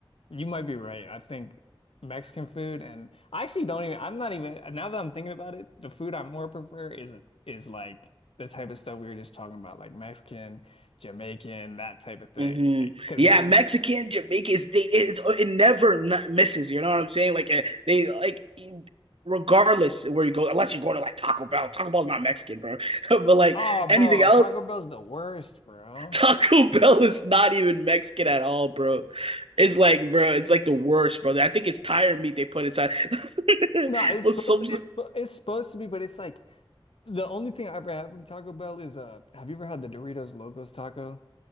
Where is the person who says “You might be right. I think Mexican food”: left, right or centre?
Left